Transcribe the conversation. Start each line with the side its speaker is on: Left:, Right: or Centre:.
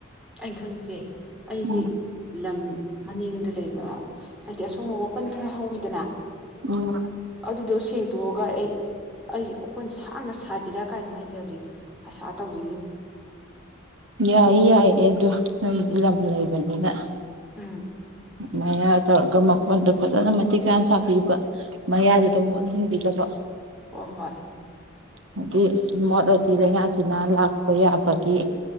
Centre: ꯑꯩꯅ ꯈꯜꯂꯤꯁꯦ ꯑꯩꯁꯦ
Right: ꯎꯝ
Centre: ꯂꯝ ꯃꯅꯤꯡꯗ ꯂꯩꯕ ꯍꯥꯏꯗꯤ ꯑꯁꯣꯡꯕ ꯋꯥꯄꯟ ꯈꯔ ꯍꯧꯋꯤꯗꯅ
Right: ꯎꯝ
Centre: ꯑꯗꯨꯗꯣ ꯁꯦꯡꯇꯣꯛꯑꯒ ꯑꯩ ꯑꯩꯁꯦ ꯑꯩꯈꯣꯟ ꯁꯥꯡꯅ ꯁꯥꯖꯤꯔꯥ ꯀꯥꯏꯅ ꯑꯩꯁꯦ ꯍꯧꯖꯤꯛ ꯑꯁꯥ ꯇꯧꯖꯔꯤꯅꯤ꯫
Right: ꯌꯥꯏ ꯌꯥꯏꯌꯦ ꯑꯗ ꯅꯣꯏꯒꯤ ꯂꯝ ꯂꯩꯕꯅꯤꯅ
Centre: ꯎꯝ
Right: ꯑꯗꯨꯃꯥꯏꯅ ꯇꯧꯔꯒ ꯃꯈꯣꯟꯗꯣ ꯐꯖꯅ ꯃꯇꯤꯛ ꯆꯅ ꯁꯥꯕꯤꯕ ꯃꯌꯥꯗꯨꯗ ꯑꯃꯨꯛ ꯂꯍꯟꯕꯤꯗꯕ
Centre: ꯑ ꯍꯣꯏ
Right: ꯍꯥꯏꯗꯤ ꯃꯣꯠꯂꯗꯤ ꯂꯩꯉꯥꯛꯇꯨꯅ ꯂꯥꯛꯄ ꯌꯥꯕꯒꯤ